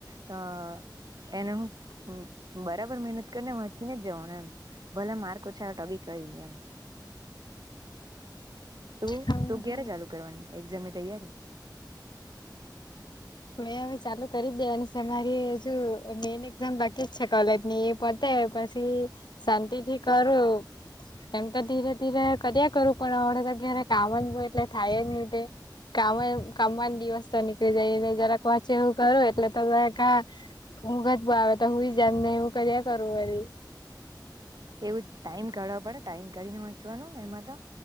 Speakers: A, on the right; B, on the left.
A: ત એને હું બરાબર મહેનત કરીને વાંચીને જ જવાનું એમ‌ ભલે માર્ક્ ઓછા આવે તો બી કય પહીં એમ. તું
B: હા
A: તું ક્યારે
B: હા
A: ચાલુ કરવાની એક્ઝામની તૈયારી? <inaudible>
B: મેં હવે ચાલુ કરી દેવાની છે મારી હજુ મેન એક્ઝામ બાકી જ છે કોલેજ ની એ પતે પછી શાંતિ થી કરું એમ તો ધીરે ધીરે કર્યા કરું પણ અત્યારે કામ જ બો એટલે થાય જ ની તે કામ કામમાં જ દિવસ તો નીકળી જાય જરાક વાચે એવું કરું એટલે તો કા ઊંઘ જ બ આવે તો હુંઈ જામ ને એવું કર્યા કરું વરી.
A: એવું જ ટાઈમ કાડવા પડે, ટાઈમ કાડીને વાચવાનું એમાં તો